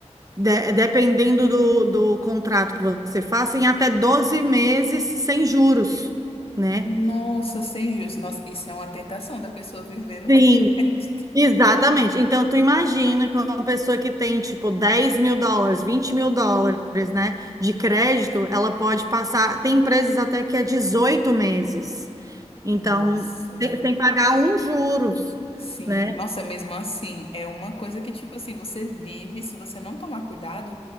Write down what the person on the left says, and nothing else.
Nossa, sem juros. Nossa, isso é uma tentação da pessoa viver no
<laughs> crédito.
Nossa.
Sim,
nossa, mesmo assim, é uma coisa que, tipo assim, você vive, se você não tomar cuidado,